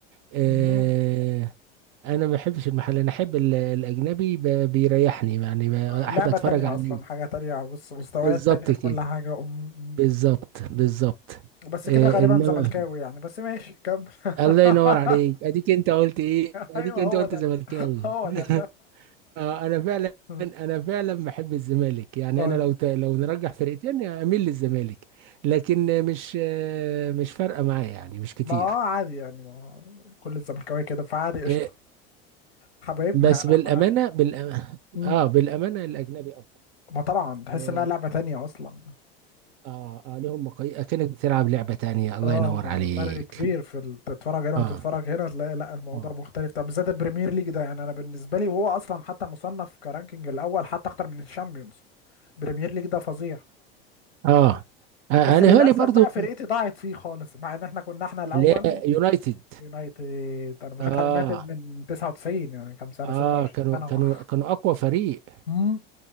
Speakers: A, on the right; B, on the left.
A: آه
B: مهم.
A: انا ما بحبش المحلي انا احب ال- الاجنبي ب- بيريحني يعني ب- احب
B: لعبة
A: اتفرج
B: تانية
A: عليه
B: أصلا حاجة تانية بص مستويات
A: بالظبط
B: تانية في
A: كده
B: كل حاجة أم-
A: بالظبط بالظبط
B: بس
A: آه
B: كده غالبا
A: انما
B: زملكاوي يعني بس ماشي كمل
A: الله
B: <laughs>
A: ينور عليك اديك انت قلت ايه اديك
B: ايوه
A: انت
B: هو
A: قلت
B: ده
A: زملكاوي
B: هو
A: <laughs>
B: ده
A: آه انا فعلا
B: <laughs>
A: انا فعلا بحب الزمالك يعني
B: ايوه
A: انا لو ت... لو نرجح فرقتين اميل للزمالك لكن مش آه، مش فارقه معايا يعني مش كتير
B: ما هو عادي يعني ما هو كل الزملكاويه كده فعادي قشطه
A: آه،
B: حبايبنا
A: بس
B: يعني
A: بالامانه
B: ف...
A: بالأمانة
B: مم.
A: اه بالامانه الاجنبي افضل
B: ما طبعا تحس
A: اه
B: انها لعبه تانية اصلا
A: اه آه، لهم مقاي اكنك بتلعب لعبه تانية الله
B: اه
A: ينور عليك
B: فرق كبير في ال- تتفرج هنا
A: اه
B: وتتفرج هنا تلاقي لا الموضوع
A: اه
B: مختلف طب بالذات البريمير ليج ده يعني انا بالنسبه لي وهو اصلا حتى مصنف كرانكينج الاول حتى اكتر من الشامبيونز البريمير ليج ده فظيع
A: اه آه،
B: بس
A: انا
B: للاسف
A: هالي برضو
B: بقى فرقتي ضاعت فيه خالص مع ان احنا كنا احنا الاول
A: اللي هي يونايتد
B: اليونايتد انا بشجع
A: اه
B: اليونايتد من 99 يعني كام سنه
A: اه
B: 26
A: كانوا
B: سنه
A: كانوا كانوا اقوى فريق
B: امم